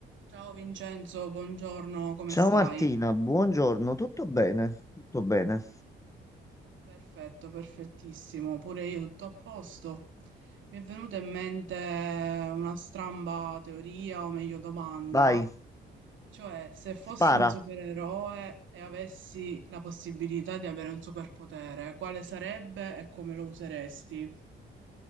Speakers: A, on the right; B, on the left.
A: Ciao Vincenzo, buongiorno, come
B: Ciao
A: stai?
B: Martina, buongiorno, tutto bene? Tutto bene.
A: Perfetto, perfettissimo, pure io tutto a posto. Mi è venuta in mente una stramba teoria, o meglio domanda,
B: Vai,
A: cioè se fossi
B: spara,
A: un supereroe e avessi la possibilità di avere un superpotere, quale sarebbe e come lo useresti?